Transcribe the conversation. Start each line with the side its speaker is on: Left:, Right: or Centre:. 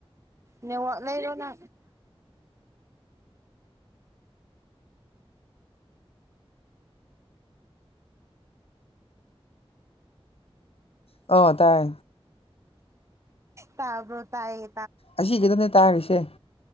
Right: ꯅ ꯋꯥꯠ ꯂꯩꯔꯣꯅ
Left: ꯑ ꯇꯥꯏ
Right: ꯇꯕ ꯇꯥꯏ
Left: ꯑꯁꯤ ꯇꯅꯦ ꯇꯥꯈ꯭ꯔꯤꯁꯦ